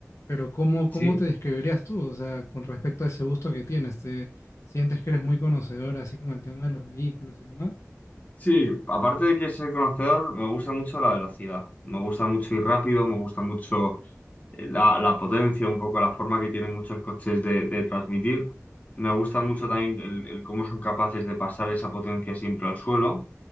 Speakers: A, on the left; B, on the left.
A: pero ¿cómo, cómo
B: Sí,
A: te describirías tú? O sea, con respecto a ese gusto que tienes, ¿te sientes que eres muy conocedor así con el tema de los vehículos y demás?
B: sí. Aparte de que ser conocedor, me gusta mucho la velocidad. Me gusta mucho ir rápido, me gusta mucho eh, la, la potencia, un poco la forma que tienen muchos coches de, de transmitir. Me gusta mucho también el, el cómo son capaces de pasar esa potencia siempre al suelo.